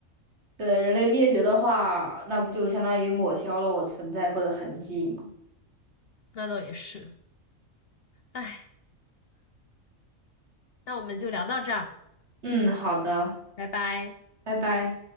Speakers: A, on the right; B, on the left.
A: 对，人类灭绝的话，那不就相当于抹消了我存在过的痕迹吗？
B: 那倒也是。哎，那我们就聊到这儿，
A: 嗯，好的，
B: 拜拜。
A: 拜拜。